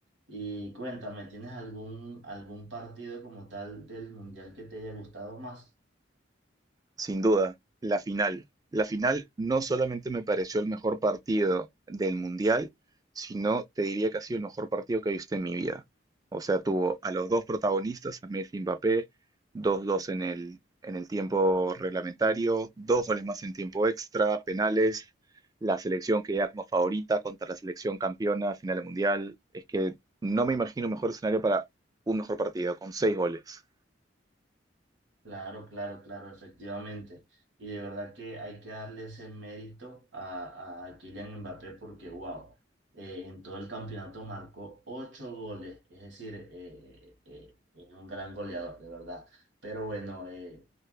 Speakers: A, on the right; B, on the right.
A: Y cuéntame, ¿tienes algún, algún partido como tal del Mundial que te haya gustado más?
B: Sin duda, la final. La final no solamente me pareció el mejor partido del Mundial, sino te diría que ha sido el mejor partido que he visto en mi vida. O sea, tuvo a los dos protagonistas, a Messi y Mbappé, dos 2 en el, en el tiempo reglamentario, dos goles más en tiempo extra, penales, la selección que ya como favorita contra la selección campeona, final del Mundial. Es que no me imagino mejor escenario para un mejor partido, con seis goles.
A: Claro, claro, claro, efectivamente. Y de verdad que hay que darle ese mérito a, a Kylian Mbappé porque, wow, eh, en todo el campeonato marcó ocho goles, es decir, eh, eh, es un gran goleador, de verdad. Pero bueno, eh,